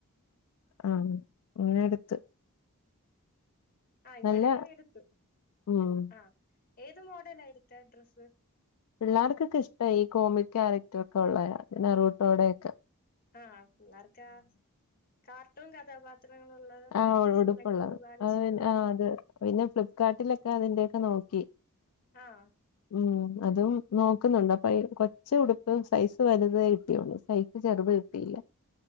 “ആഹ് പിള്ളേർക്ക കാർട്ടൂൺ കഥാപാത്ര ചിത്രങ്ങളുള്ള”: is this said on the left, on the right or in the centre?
Left